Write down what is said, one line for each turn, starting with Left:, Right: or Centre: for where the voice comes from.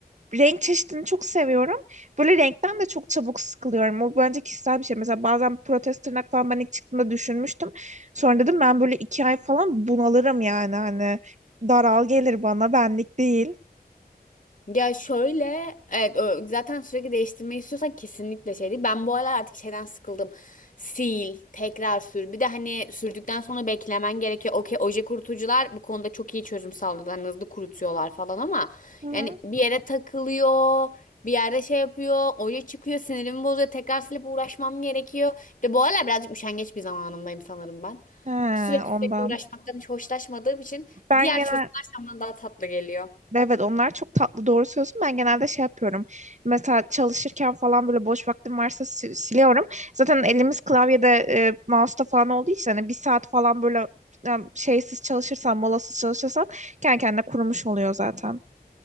Right: renk çeşidini çok seviyorum. Böyle renkten de çok çabuk sıkılıyorum. O bence kişisel bir şey. Mesela bazen protez tırnak falan ben ilk çıktığımda düşünmüştüm. Sonra dedim ben böyle iki ay falan bunalırım yani. Hani daral gelir bana benlik değil.
Left: Ya şöyle evet ö- zaten sürekli değiştirmeyi istiyorsan kesinlikle şey değil. Ben bu aralar artık şeyden sıkıldım. Sil, tekrar sür. Bir de hani sürdükten sonra beklemen gerekiyor. Okey, oje kurutucular bu konuda çok iyi çözüm sağlıyorlar. Hani Hızlı kurutuyorlar falan ama
Right: Hı hı.
Left: yani bir yere takılıyor. Bir yerde şey yapıyor. Oje çıkıyor. Sinirimi bozuyor. Tekrar silip uğraşmam gerekiyor. Bir De bu aralar birazcık üşengeç bir zamanımdayım sanırım ben.
Right: He,
Left: Sürekli sürekli
Right: ondan.
Left: uğraşmaktan hiç hoşlaşmadığım için
Right: Ben
Left: diğer
Right: genel
Left: çözümler şu an bana daha tatlı geliyor.
Right: Evet onlar çok tatlı doğru söylüyorsun. Ben genelde şey yapıyorum. Mesela çalışırken falan böyle boş vaktim varsa si- siliyorum. Zaten elimiz klavyede e, mouse'da falan olduğu için hani bir saat falan böyle yani şeysiz çalışırsan, molasız çalışırsan kendi kendine kurumuş oluyor zaten.